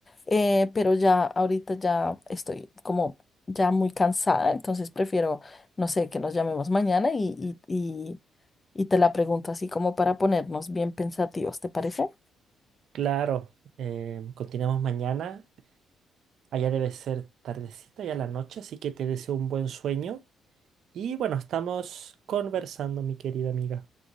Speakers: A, on the left (about 25°); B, on the right (about 70°).
A: eh, pero ya ahorita ya estoy como ya muy cansada, entonces prefiero, no sé, que nos llamemos mañana y, y, y, y te la pregunto así como para ponernos bien pensativos, ¿te parece?
B: claro. Em, continuamos mañana. Allá debe ser tardecita ya la noche, así que te deseo un buen sueño. Y bueno, estamos conversando, mi querida amiga.